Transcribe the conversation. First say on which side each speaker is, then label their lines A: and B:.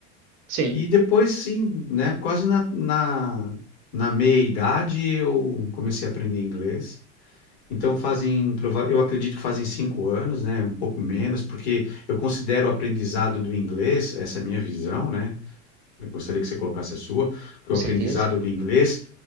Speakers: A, on the right (about 50°); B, on the left (about 80°).
A: sim,
B: E depois, sim, né, quase na, na, na meia-idade eu comecei a aprender inglês. Então fazem, prova- eu acredito que fazem cinco anos, né, um pouco menos, porque eu considero o aprendizado do inglês, essa é a minha visão, né, eu gostaria que você colocasse a sua, que
A: com
B: o aprendizado
A: certeza.
B: do inglês,